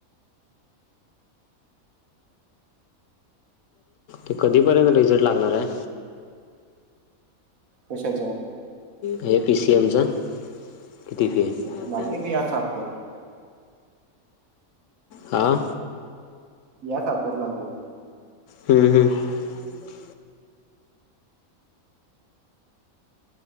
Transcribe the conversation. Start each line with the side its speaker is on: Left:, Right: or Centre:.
Left: ते कधीपर्यंत रिझल्ट लागणार आहे.
Right: कशाचा
Left: हे पीसीएमचा किती फी आहे? सात
Right: लागेल
Left: आठ
Right: याच हप्त्यात
Left: हा..
Right: ह्याच हप्त्यात लागेल.
Left: हम्म हमम